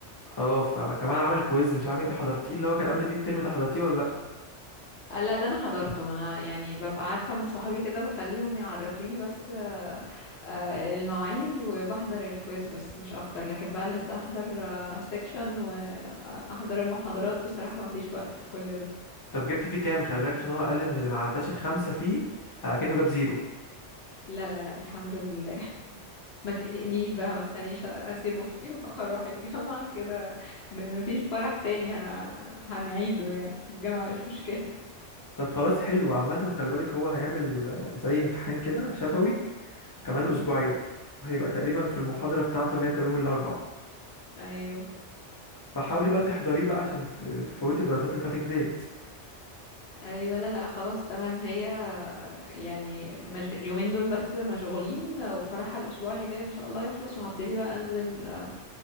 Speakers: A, on the left (about 25°); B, on the left (about 65°).
A: اه فكمان عامل كويز مش عارف انت حضرتيه اللي هو كان قبل الميد ترم ده حضرتيه ولا لا
B: آه، لا ده انا حضرته ما انا يعني ببقى عارفة من صحابي كده بخليهم يعرفوني بس آه، آه، المواعيد وبحضر الكويز بس مش اكتر لكن بقى لسه احضر سيكشن واحضر المحاضرات بصراحة ما فيش وقت لكل ده
A: طب جبت فيه كام خلي بالك عشان هو قال ان اللي ما عداش الخمسه فيه آه، كأنه جاب زيرو
B: لا لا لا الحمد لله <laughs> ما تقلقنيش بقى ما تخلينيش اسيب اختي <laughs> واروح الجامعة كده م- ما فيش فرح تاني ه- هنعيده يعني الجامعة مش مشكلة
A: طب خلاص حلو عامة خلي بالك هو هيعمل آه، زي امتحان كده شفوي كمان
B: مم.
A: اسبوعين هيبقى تقريبا في المحاضرة بتاعته اللي هي بتبقى يوم الاربعاء
B: ايوه
A: فحاولي بقى تحضريه بقى عشان تفوتي الدرجات اللي فاتت ديت
B: ايوه لا لا خلاص تمام هي يعني مج... اليومين دول بس مشغولين وفرحها الاسبوع اللي جاي ان شاء الله يخلص وهبتدي بقى انزل آه،